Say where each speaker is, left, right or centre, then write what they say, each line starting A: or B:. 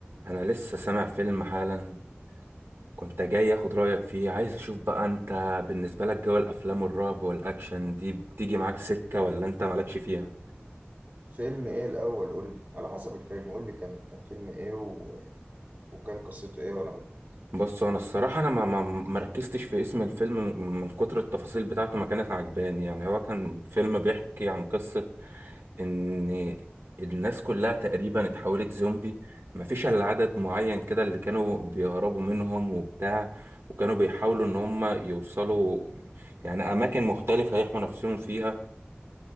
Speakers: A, on the right (about 75°); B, on the right (about 45°).
A: انا لسه سامع فيلم حالا كنت جاي اخد رايك فيه عايز اشوف بقى انت بالنسبه لك جو الافلام والرعب والاكشن دي بتيجي معاك سكه ولا انت مالكش فيها
B: فيلم ايه الاول قول لي على حسب الفيلم قول لي كان كان فيلم ايه و... وكان قصته ايه وانا اقول لك
A: بص انا الصراحه انا ما ما ما ركزتش في اسم الفيلم من كتر التفاصيل بتاعته ما كانت عجباني يعني هو كان فيلم بيحكي عن قصه ان الناس كلها تقريبا اتحولت زومبي مفيش الا عدد معين كده اللي كانوا بيهربوا منهم وبتاع وكانوا بيحاولوا ان هم يوصلوا يعني اماكن مختلفة يحموا نفسهم فيها